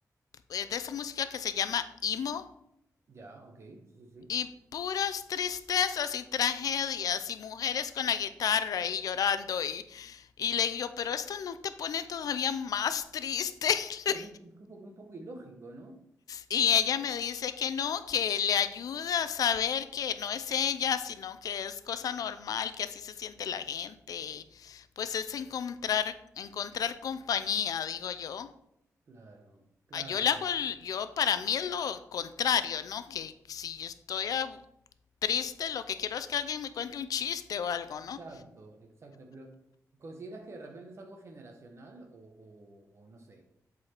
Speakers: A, on the left; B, on the right.
A: eh, de esa música que se llama emo
B: ya, ok, sí, sí. sí.
A: y puras tristezas y tragedias y mujeres con la guitarra y llorando y, y le digo, pero esto no te pone todavía más triste. <laughs>
B: Pues un, un poco, un poco ilógico, ¿no?
A: Y ella me dice que no, que le ayuda a saber que no es ella, sino que es cosa normal, que así se siente la gente. Pues es encontrar, encontrar compañía, digo yo.
B: Claro, claro,
A: Ah, Yo le
B: claro.
A: hago el, yo para mí es lo contrario, ¿no? Que si yo estoy ab- triste, lo que quiero es que alguien me cuente un chiste o algo,
B: Exacto,
A: ¿no?
B: exacto, pero ¿consideras que de repente es algo generacional o, o o no sé?